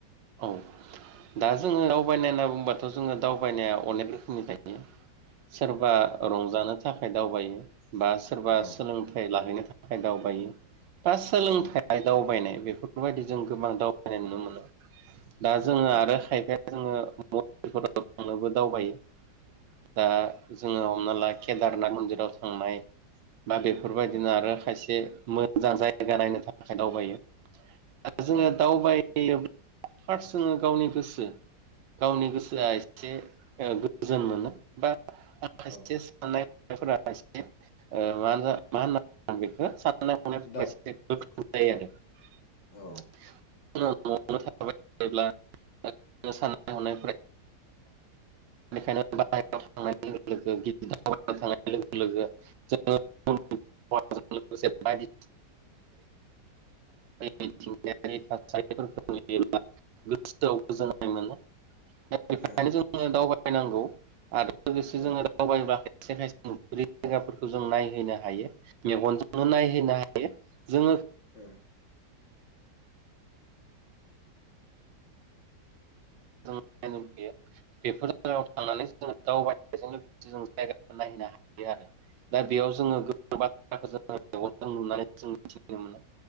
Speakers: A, on the right (about 85°); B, on the left (about 85°).
A: औ दा जोङो दावबायनाय होनना बुंबाथ' जोङो दावबायनाया अनेक रोखोमनि थायो सोरबा रंजानो थाखाय दावबायो बा सोरबा
B: ओं
A: सोलोंथाइ लाहैनो थाखाय दावबायो बा सोलोंथाइ
B: औ
A: दावबायनाय बेफोरबायदि जों गोबां दावबायनाय नुनो मोनो दा जोङो
B: औ
A: आ बे <unintelligible> दावबायो दा जोङो हमना ला केदारनाथ मन्दिराव थांनाय बा बेफोरबायदिनो
B: औ
A: आरो खायसे मोजां जायगा नायनो थाखाय दावबायो जोङो
B: औ
A: दावबाय यो फार्स्ट जोङो गावनि गोसो गावनि गोसोआ एसे ओ गोजोन मोनो बा खायसे
B: औ
A: साननाय फोरा एसे ओ मा होनना बुङो बेखौ ओ सा <unintelligible> आरो <unintelligible>
B: दाउ औ औ
A: बेनिखायनो बाहेराव
B: औ
A: थांनानै लोगो गिदिर थानाय लोगो लोगो जोङो <unintelligible> <unintelligible> थासारि मिथिंगायारि
B: औ
A: थासारिफोरखौ नुयोब्ला गोसोआव
B: औ
A: गोजोननाय मोनो बेनो
B: औ औ
A: जोङो दावबायनांगौ आरो लोगोसे
B: औ
A: जोङो दावबायबा खायसे खायसे नुुफेरि जायगाफोरखौ जों नायहैनो हायो मेगनजोंनो नायहैनो हायो यो जोङो
B: ओम ओम
A: <unintelligible> बेफोर जायाव थांनानै दावबायनायजों लोगोसे जों जायगाफोर नायहैनो हायो आरो दा बेयाव जोङो गो <unintelligible> जों मिथिनो मोनो